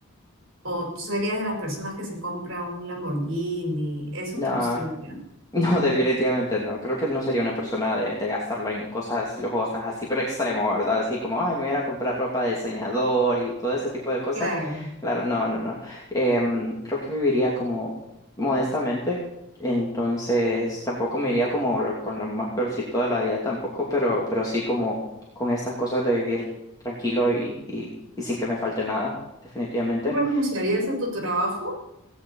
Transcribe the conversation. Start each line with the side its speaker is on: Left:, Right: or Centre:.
Right: ¿O tú serías de las personas que se compra un Lamborghini? ¿Eso
Left: No.
Right: te gustaría?
Left: No, definitivamente no. Creo que no sería una persona de, de gastarlo en cosas lujosas así, pero extremo, ¿verdad? Así como, ay, me voy a ir a comprar ropa de diseñador y todo ese tipo de cosas.
Right: Claro.
Left: Claro, no, no, no. Em, creo que viviría como modestamente, entonces tampoco me iría como lo- con lo más peorcito de la vida tampoco, pero, pero sí como con estas cosas de vivir tranquilo y, y, y sin que me falte nada, definitivamente.
Right: ¿Tú renunciarías a tu trabajo?